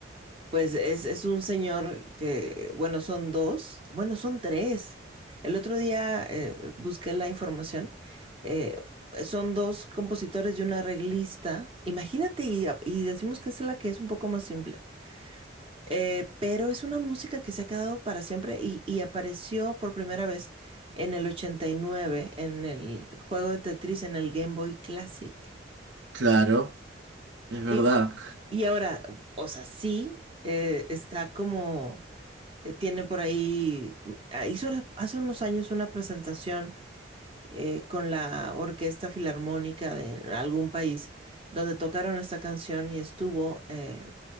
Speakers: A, on the right; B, on the right.
A: Pues es, es un señor que, bueno, son dos, bueno, son tres. El otro día eh, busqué la información. eh, son dos compositores y un arreglista. Imagínate, y, y decimos que es la que es un poco más simple. Eh, pero es una música que se ha quedado para siempre y, y apareció por primera vez en el 89 en el juego de Tetris en el Game Boy Classic.
B: Claro, es verdad.
A: Y, y ahora, o sea, sí, eh, está como, eh, tiene por ahí, ah, hizo ahora- hace unos años una presentación eh, con la Orquesta Filarmónica de algún país, donde tocaron esta canción y estuvo, eh,